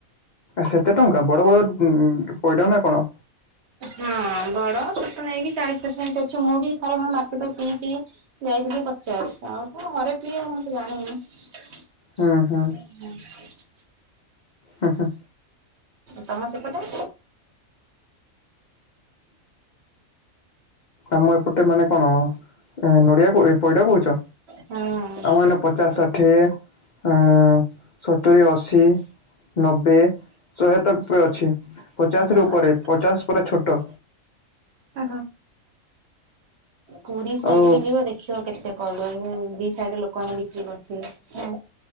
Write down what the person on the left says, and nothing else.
ସେତେ ଟଙ୍କା ବଡ଼ ବଡ଼ ପଇଡ଼ ନା କଣ?
ହୁଁ ହୁଁ ହଁ ହଁ।
ଆମ ଏପଟେ ମାନେ କଣ? ଏ ନଡିଆ କ ଏ ପଇଡ କହୁଚ
ଆମ ଏଇନେ ପଚାଶ ଷାଠିଏ ଅଁ ସତୁରି, ଅଶି, ନବେ, ଶହେ ତ ପୁଆ ଅଛି। ପଚାଶରୁ
ଉପରେ ପଚାଶ ପୁରା ଛୋଟ
ଆଉ